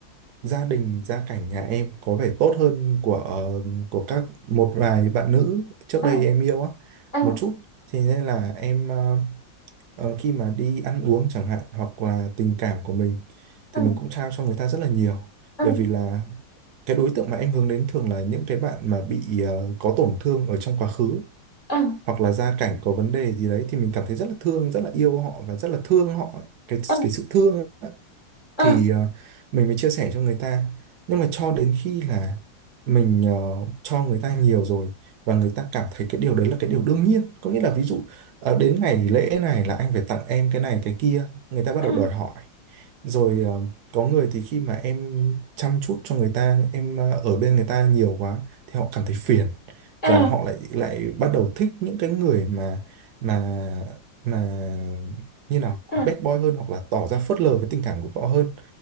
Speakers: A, on the right; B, on the left.
A: gia đình gia cảnh nhà em có vẻ tốt hơn của ờ, của các một vài bạn nữ trước
B: à,
A: đây em yêu á
B: à,
A: một chút thì nên là em ờ, ờ, khi mà đi ăn uống chẳng hạn hoặc là tình cảm của mình thì
B: à,
A: mình cũng trao cho người ta rất là nhiều
B: à,
A: bởi vì là cái đối tượng mà em hướng đến thường là những cái bạn mà bị ờ, có tổn thương ở trong quá khứ
B: à,
A: hoặc là gia cảnh có vấn đề gì đấy thì mình cảm thấy rất là thương rất là yêu họ và rất là thương họ cái
B: à,
A: cái sự thương ấy
B: à,
A: thì ờ, mình mới chia sẻ cho người ta nhưng mà cho đến khi là mình ờ, cho người ta nhiều rồi và người ta cảm thấy cái điều đấy là cái điều đương nhiên có nghĩa là ví dụ ờ, đến ngày lễ này là anh phải tặng em cái này cái kia người ta bắt
B: à,
A: đầu đòi hỏi rồi ờ, có người thì khi mà em chăm chút cho người ta em ờ, ở bên người ta nhiều quá thì họ cảm thấy phiền
B: à,
A: và họ lại lại bắt đầu thích những cái người mà mà mà như nào
B: à,
A: bad boy hơn hoặc là tỏ ra phớt lờ với tình cảm của họ hơn